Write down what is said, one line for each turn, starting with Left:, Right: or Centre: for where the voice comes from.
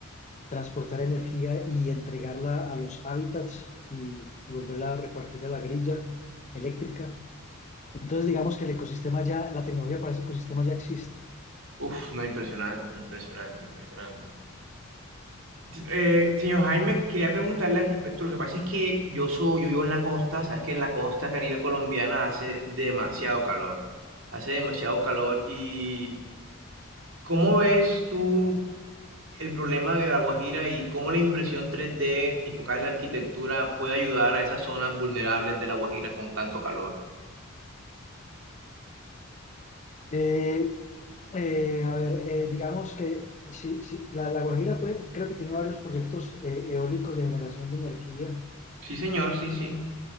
Left: transportar energía y entregarla a los hábitats y, y volverla a repartir a la grilla eléctrica, entonces, digamos que el ecosistema ya, la tecnología para ese ecosistema ya existe.
Right: Uf, no, impresionante, impresionante, impresionante. Eh, señor Jaime, quería preguntarle al respecto. Lo que pasa es que yo soy, yo vivo en la costa, sabes que en la costa Caribe colombiana hace demasiado calor, hace demasiado calor. ¿Y cómo ves tú el problema de La Guajira y cómo la impresión tres d enfocada en la arquitectura puede ayudar a esas zonas vulnerables de La Guajira con tanto calor?
Left: Eh, eh, a ver, eh, digamos que sí, sí, la, la Guajira puede- creo que tiene varios proyectos eh, eólicos de generación de energía,
Right: Sí, señor, sí, sí.